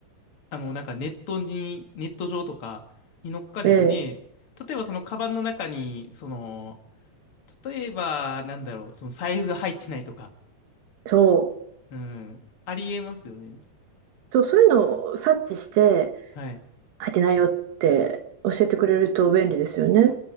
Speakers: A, on the left; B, on the right.
A: あの、なんかネットに、ネット上とかに乗っかればね、
B: ええ、
A: 例えばそのカバンの中に、その、例えば、なんだろう、その財布が入ってないとか、
B: そう、
A: うん、ありえますよね。
B: そう、そういうのを察知して、
A: はい。
B: 入ってないよって教えてくれると便利ですよね。